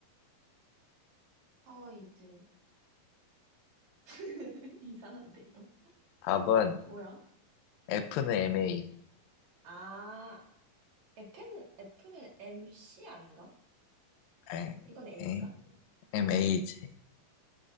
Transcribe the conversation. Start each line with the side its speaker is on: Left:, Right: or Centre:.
Right: 파워 이즈. <laughs> 이상한데, 이거.
Left: 답은
Right: 뭐야? 어.
Left: F는 MA.
Right: 아, F는, F는 MC 아닌가?
Left: 에,
Right: 이건 A인가?
Left: 에, MA지.